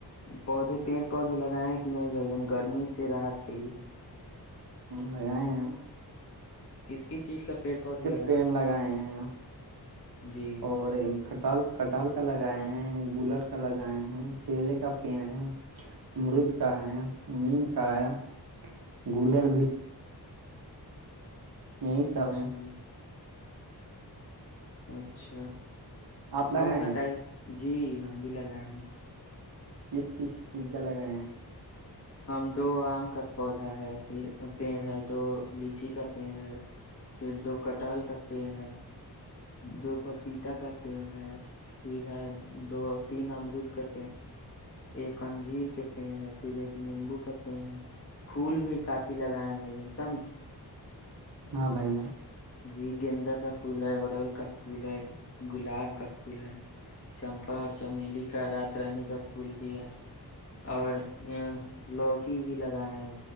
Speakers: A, on the left; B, on the right.
A: پودے لگائے ہیں کہ نہیں بھائی جان گرمی سے راحت کے
B: لگائے ہیں
A: کس کس چیز کا پیڑ پودے لگا
B: پین لگائے ہیں
A: جی
B: اور ٹالکا لگائے ہیں گولڑ کا لگائیں ہیں کیلے کا پین ہے امرود کا ہیں میم کا ہے ہے گولر پلیز اب ہیں
A: جی اچھا
B: آپ لگائے
A: اور بتائی
B: ہیں
A: جی ہم بھی لگا
B: جس جس کا لگ رہے ہیں
A: ہم تو ام کا پودا ہے ہے تو لیجیے گا ٹال کرتی ہے دو پپیتا کا تیل ہے پی دو تین امرود ک ایک انجیر کتنی ہے پھر ایک <unintelligible> نیمبو کرتے ہیں پھول بھی کافی لگائیں <inaudible> <inaudible>
B: ہاں بھائی جان
A: جی گندہ کا فل ہے وڈال کا پھول ہے گلاب کا پھول ہے چمپار چمیلی کا رات رانی کا پھول دیا اور <unintelligible> لوکی بھی لگایا ہے